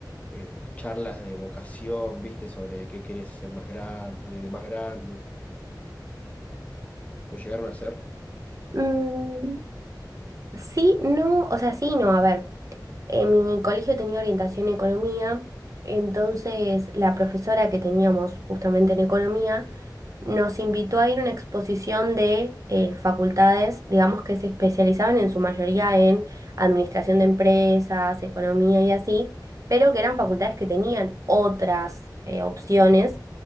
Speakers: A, on the left; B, on the right.
A: eh, charlas de vocación, viste, sobre qué querías ser más grande, de más grande. ¿Lo llegaron a hacer?
B: Mm, sí, no, o sea, sí, no, a ver. En mi colegio tenía orientación en economía, entonces la profesora que teníamos justamente en economía nos invitó a ir a una exposición de eh, facultades, digamos que se especializaban en su mayoría en administración de empresas, economía y así, pero que eran facultades que tenían otras eh, opciones.